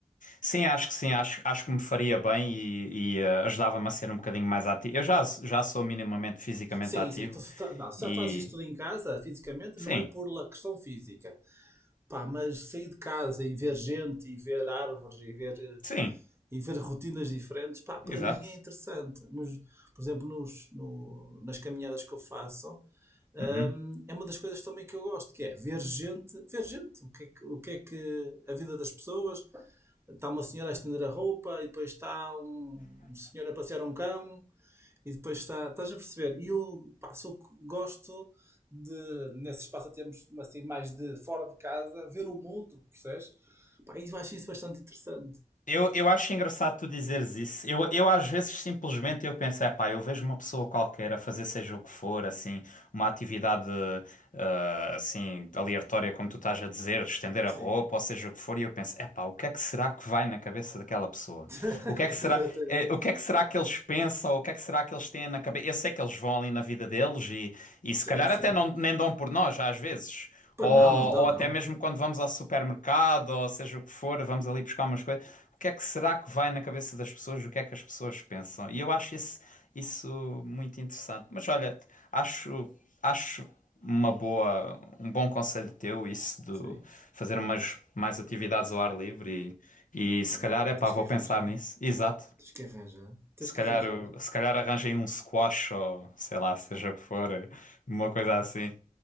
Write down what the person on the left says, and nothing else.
Sim, acho que sim. Acho, acho que me faria bem e, e, eh, ajudava-me a ser um bocadinho mais ativo. Eu já, já sou minimamente fisicamente
ativo
e.
Sim.
Sim.
Exato.
Uhum.
Eu, eu acho engraçado tu dizeres isso. Eu, eu às vezes simplesmente eu penso, é pá, eu vejo uma pessoa qualquer a fazer seja o que for, assim, uma atividade ah, assim, aleatória, como tu estás a dizer, estender a
roupa, ou seja o que for, e eu penso, epá, o que é que será que vai na cabeça daquela pessoa?
O que é que será,
eh, o que é que será que eles pensam? O que é que será que eles têm na cabeça? Eu sei que eles vão ali na vida deles e, e se
calhar
até não, nem dão por nós, às vezes.
Ou,
ou
até mesmo quando vamos ao supermercado, ou seja o que for, vamos ali buscar umas coisas. O que é que será que vai na cabeça das pessoas? O que é que as pessoas pensam? E eu acho isso, isso muito interessante. Mas olha, acho, acho uma boa, um bom conselho teu, isso de
fazer umas mais atividades ao ar livre e, e se calhar,
é pá,
vou
pensar nisso. Exato.
Se
calhar,
uh, se calhar arranjem um squash ou sei lá, seja o que for, uh, uma coisa assim.